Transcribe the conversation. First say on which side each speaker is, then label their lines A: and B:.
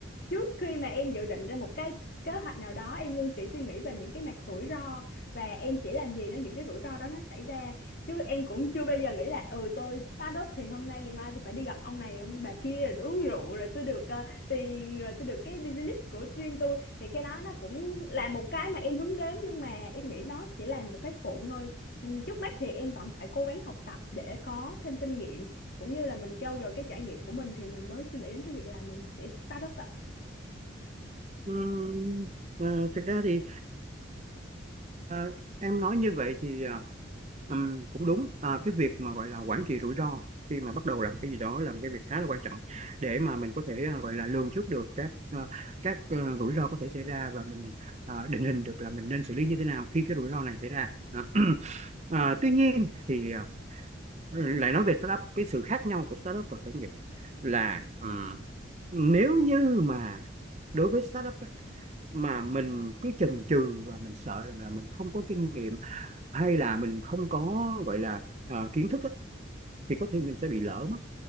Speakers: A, on the left (about 55°); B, on the right (about 35°).
A: trước khi mà em dự định ra một cái kế hoạch nào đó em luôn chỉ suy nghĩ về những cái mặt rủi ro và em sẽ làm gì nếu những cái rủi ro đó nó xảy ra chứ em cũng chưa bao giờ nghĩ là ừ tôi start up thì hôm nay ngày mai tôi phải đi gặp ông này ông bà kia rồi tôi uống rượu rồi tôi được ờ, tiền rồi tôi được cái business của riêng tôi thì cái đó nó cũng là một cái mà em hướng đến nhưng mà em nghĩ nó chỉ là một cái phụ thôi Ừ, trước mắt thì em vẫn phải cố gắng học tập để có thêm kinh nghiệm cũng như là mình trau dồi cái trải nghiệm của mình thì mình mới suy nghĩ đến cái việc là mình sẽ start up ạ
B: Ừm, ờ, thực ra thì Ờ, em nói như vậy thì ờ, ừm, cũng đúng Ờ, cái việc mà gọi là quản trị rủi ro khi mà bắt đầu làm cái gì đó là một cái việc khá là quan trọng để mà mình có thể ờ, gọi là lường trước được các ờ, các ờ, rủi ro có thể xảy ra và mình ờ, định hình được là mình nên xử lý như thế nào khi cái rủi ro này xảy ra Đó. <clears throat> Ờ, tuy nhiên thì ờ, lại nói về startup cái sự khác nhau của startup và khởi nghiệp là ừm, nếu như mà đối với startup á, mà mình cứ chần chừ và mình sợ rằng là mình không có kinh nghiệm hay là mình không có gọi là ờ, kiến thức á, thì có thể mình sẽ bị lỡ mất